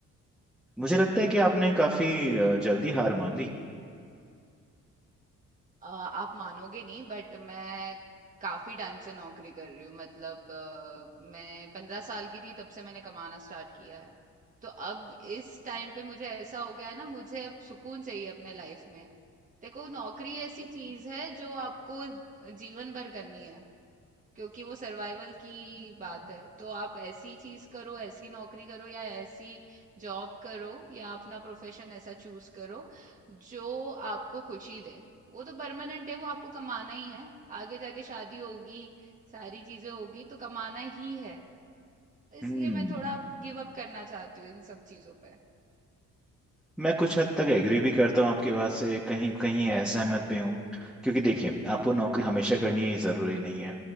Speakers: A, on the right; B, in the centre.
A: <laughs>
B: मुझे लगता है कि आपने काफी अ, जल्दी हार मान ली
A: अ, आप मानोगे नहीं बट मैं काफी टाइम से नौकरी कर रही हूँ मतलब अ, मैं पंद्रह साल की थी तब से मैंने कमाना स्टार्ट किया है तो अब इस टाइम पे मुझे ऐसा हो गया है ना मुझे अब सुकून चाहिए अपने लाइफ में देखो नौकरी ऐसी चीज है जो आपको जीवन भर करनी है क्योंकि वो सर्वाइवल की बात है तो आप ऐसी चीज करो ऐसी नौकरी करो या ऐसी जॉब करो या अपना प्रोफेशन ऐसा चूज करो जो आपको खुशी दे वो तो परमानेंट है वो आपको कमाना ही है आगे जाके शादी होगी सारी चीजें होगी तो कमाना ही है इसलिए
B: हम्म
A: मैं थोड़ा गिव अप करना चाहती हूँ इन सब चीजों पे
B: मैं कुछ हद तक एग्री भी करता हूँ आपकी बात से कहीं कहीं असहमत भी हूँ क्योंकि देखिए आपको नौकरी हमेशा करनी है ये ज़रूरी नहीं है